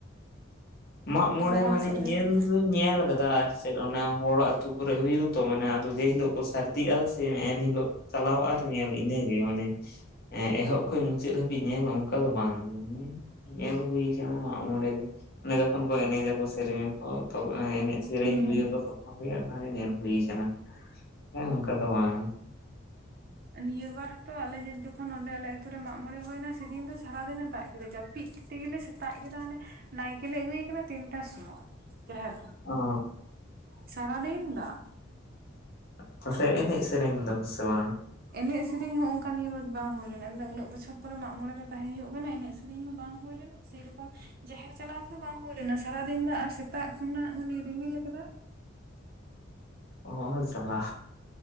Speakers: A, on the left; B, on the right.
A: ᱢᱟᱜᱢᱚᱬᱮ
B: ᱵᱟᱦᱟ
A: ᱢᱟᱱᱮ
B: ᱥᱚᱨᱦᱟᱭ
A: ᱧᱮᱞ
B: ᱠᱚ
A: ᱫᱩᱧ ᱧᱮᱞ ᱟᱠᱟᱫᱟ ᱟᱨ ᱪᱮᱫ ᱚᱱᱟ ᱦᱚᱲᱟᱜ ᱟᱹᱛᱩ ᱠᱚᱨᱮ ᱦᱩᱭᱩᱜᱼᱟ ᱛᱚ ᱢᱟᱱᱮ ᱟᱫᱚ ᱡᱮ ᱦᱤᱞᱳᱜ ᱠᱚ ᱥᱟᱨᱫᱤᱜᱼᱟ ᱥᱮ ᱮᱱᱦᱤᱞᱳᱜ ᱪᱟᱞᱟᱣ ᱟᱨ ᱧᱮᱞ ᱤᱱᱟᱹᱜᱮ ᱢᱟᱱᱮ ᱮᱸ ᱮᱦᱚᱵ ᱠᱷᱚᱡ ᱢᱩᱪᱟᱹᱫ ᱦᱟᱹᱵᱤᱡ ᱧᱮᱞ ᱚᱝᱠᱟ ᱫᱚ ᱵᱟᱝ, ᱢᱟᱱᱮ ᱧᱮᱞ ᱦᱩᱭ ᱠᱟᱱᱟ ᱢᱟᱜ-ᱢᱚᱬᱮᱸ ᱫᱚ ᱚᱸᱰᱮ ᱚᱱᱮ ᱡᱚᱠᱷᱚᱱ ᱠᱚ ᱮᱱᱮᱡ ᱟᱠᱚ ᱥᱮᱨᱮᱧ ᱚ ᱮᱱᱮᱡ ᱥᱮᱨᱮᱧ
B: ᱦᱩᱸ
A: ᱨᱩᱭᱟᱠᱚ ᱛᱚᱠᱷᱚᱱ ᱜᱮ ᱚᱱᱟ ᱧᱮᱞ ᱦᱩᱭ ᱟᱠᱟᱱᱟ ᱾ ᱦᱮᱸ ᱚᱱᱠᱟ ᱫᱚ ᱵᱟᱝ ᱾
B: ᱱᱤᱭᱟᱹ ᱵᱟᱨ ᱦᱚᱛᱚ ᱟᱞᱮ ᱡᱚᱠᱷᱚᱱ ᱱᱚᱰᱮ ᱟᱞᱮ ᱟᱛᱳ ᱨᱮ ᱢᱟᱜ ᱢᱚᱬᱮ ᱦᱩᱭᱱᱟ ᱥᱮᱫᱤᱱ ᱫᱚ ᱥᱟᱨᱟ ᱫᱤᱱᱮ ᱫᱟᱜ ᱠᱮᱫ ᱡᱟᱹᱯᱤᱫ ᱠᱟᱛᱮ ᱜᱮᱞᱮ ᱥᱮᱛᱟᱜ ᱠᱮᱫᱟ ᱟᱱᱮ ᱱᱟᱭᱠᱮ ᱞᱮ ᱟᱹᱜᱩᱭ ᱮ ᱠᱟᱱᱟ ᱛᱤᱱᱴᱟ ᱥᱚᱢᱚᱭ ᱡᱟᱦᱮᱨ
A: ᱚᱻ
B: ᱥᱟᱨᱟ ᱫᱤᱱ ᱫᱟᱜ
A: ᱛᱟᱦᱚᱞᱮ ᱮᱱᱮᱡ ᱥᱮᱨᱮᱧ ᱞᱮᱫᱟ ᱯᱮ ᱥᱮ ᱵᱟᱝ?
B: ᱮᱱᱮᱡ ᱥᱮᱨᱮᱧ ᱦᱚᱸ ᱚᱱᱠᱟ ᱱᱤᱭᱟᱹ ᱵᱟᱨ ᱵᱟᱝ ᱦᱩᱭ ᱞᱮᱱᱟ ᱢᱮᱱᱫᱟ ᱩᱱᱟᱹᱜ ᱵᱚᱪᱷᱚᱨ ᱯᱚᱨᱮ ᱢᱟᱜ ᱢᱚᱬᱮ ᱨᱮ ᱛᱟᱦᱮᱸ ᱦᱩᱭᱩᱜ ᱠᱟᱱᱟ ᱮᱱᱮᱡ ᱥᱮᱨᱮᱧ ᱦᱚᱸ ᱵᱟᱝ ᱦᱩᱭ ᱞᱮᱱᱟ ᱾ ᱥᱮᱨᱚᱠᱚᱢ ᱡᱟᱦᱮᱨ ᱪᱟᱞᱟᱣ ᱠᱚᱦᱚᱸ ᱵᱟᱝ ᱦᱩᱭ ᱞᱮᱱᱟ ᱥᱟᱨᱟᱫᱤᱱ ᱫᱚ ᱟᱨ ᱥᱮᱛᱟᱜ ᱠᱷᱚᱱᱟᱜ ᱢᱟᱱᱮ ᱨᱤᱢᱤᱞ ᱠᱟᱫᱟᱭ ᱾
A: ᱚ ᱡᱟᱞᱟ